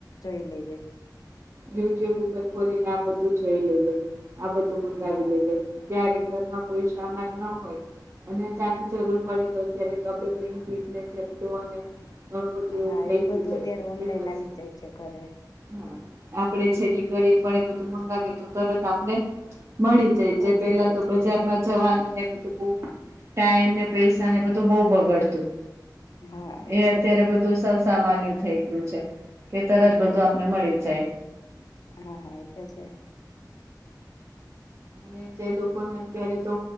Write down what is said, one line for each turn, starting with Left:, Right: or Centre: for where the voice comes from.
Left: લઈ જઈ
Right: યુટ્યુબ ઉપર ખોલીને આ બધું જોઈ લઈએ આ બધું મંગાવી
Left: હા
Right: લઈએ. ક્યારેક ઘરમાં કોઈ સામાન ન હોય અને અચાનક જરૂર પડે તો અત્યારે તો આપણે બ્લિંકિટ અને ઘણું બધું એવું
Left: હા
Right: થઈ
Left: એ
Right: ગયું
Left: બધું
Right: છે
Left: અત્યારે ઓનલાઈન
Right: કે બસ
Left: આવી જ જાય છે ઘરે
Right: હા આપડે છેલ્લી ઘડીએ પણ એ બધું મંગાવીએ તો તરત આપને મળી જ
Left: પોહોંચી
Right: જે પેલા
Left: જાય
Right: તો
Left: છે
Right: બજારમાં જવાનું ને બધું બહુ ટાઈમ ને પૈસા ને બધું બહુ બગડતું.
Left: હા
Right: એ
Left: તો
Right: અત્યારે
Left: બરાબર
Right: બધું
Left: છે
Right: સૌ સામાન્ય થઈ ગયું છે કે તરત
Left: હમ
Right: બધું ને મળે જાય.
Left: હા હા એ તો છે.
Right: અને જે લોકોને અત્યારે તો